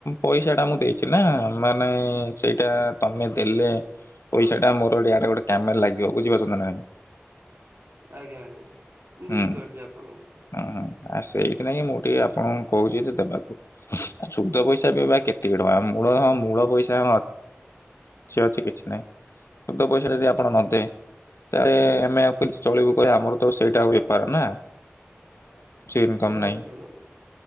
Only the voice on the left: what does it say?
ପଇସାଟା ମୁଁ ଦେଇଚି ନା ମାନେ ସେଇଟା ତମେ ଦେଲେ ପଇସା ଟା ମୋର ଇଆଡ଼େ ଗୋଟେ କାମେରେ ଲାଗିବ ବୁଝିପାରୁଚନ୍ତି ନାଇଁ।
ହୁଁ
ହଁ ହଁ ଆଉ ସେଇଥି ନାଇଁ କି ମୁଁ ଟିକେ ଆପଣଙ୍କୁ କହୁଛି ଯେ ଦେବାକୁ। ଆଉ ଶୁଦ ପଇସା ବି ବା କେତିକି ଟଙ୍କା ମୂଳ ହଁ ମୂଳ ପଇସା ହଁ ସେ କିଛି ଅଛି କିଛି ନାହିଁ ଶୁଦ୍ଧ ପଇସା ଜଦି ଆପଣ ନଦେବେ ଇଆଡେ ଆମେ ଆଉ କେମିତି ଚଳିବୁ କଇଲ ଆମର ତ ସେଇଟା ବେପାର ନା। ଇନକମ୍
ନାହିଁ